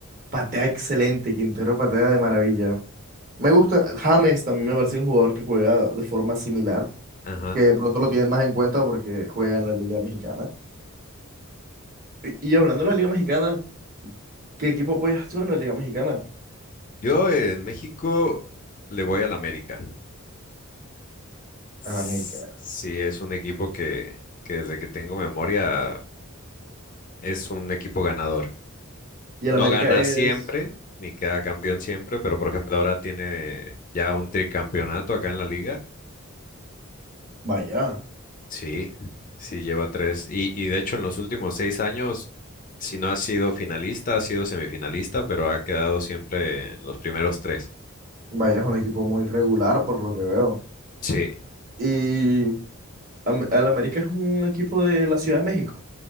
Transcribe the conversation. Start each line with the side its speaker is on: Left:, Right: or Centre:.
Right: patea excelente. Quintero patea de maravilla. Me gusta, James también me parece un jugador que juega de forma similar,
Left: Ajá.
Right: que de pronto lo tienen más en cuenta porque juega en la Liga Mexicana. Y, y hablando de la Liga Mexicana, ¿qué equipo apoyas tú en la Liga Mexicana?
Left: Yo en México le voy al América. S-
Right: Al América.
Left: Sí, es un equipo que, que desde que tengo memoria es un equipo ganador.
Right: Y el
Left: No
Right: América
Left: gana
Right: es,
Left: siempre, ni queda campeón siempre, pero por ejemplo ahora tiene ya un tricampeonato acá en la liga.
Right: vaya.
Left: Sí, sí, lleva tres. Y, y de hecho en los últimos seis años, si no ha sido finalista, ha sido semifinalista, pero ha quedado siempre en los primeros tres.
Right: Vaya, es un equipo muy regular por lo que veo.
Left: Sí,
Right: Y Am- el América es un equipo de la Ciudad de México.